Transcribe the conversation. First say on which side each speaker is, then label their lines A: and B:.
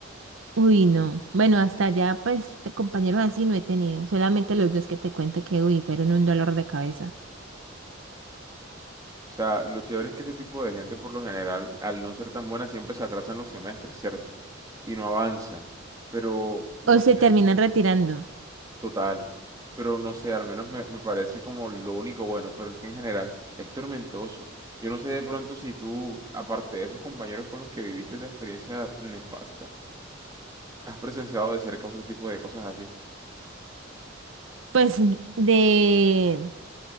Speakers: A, on the right; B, on the right.
A: Uy, no. Bueno, hasta allá, pues, de compañeros así no he tenido. Solamente los dos que te cuento que, uy, fueron un dolor de cabeza.
B: O sea, lo chévere es que ese tipo de gente por lo general, al no ser tan buena, siempre se atrasan los semestres, ¿cierto? Y no avanza. Pero, no
A: O
B: sé.
A: se terminan retirando.
B: Total, pero no sé, al menos me, me parece como lo único bueno, pero es que en general es tormentoso. Yo no sé de pronto si tú, aparte de esos compañeros con los que viviste esa experiencia nefasta, has presenciado de cerca otro tipo de cosas así.
A: Pues de,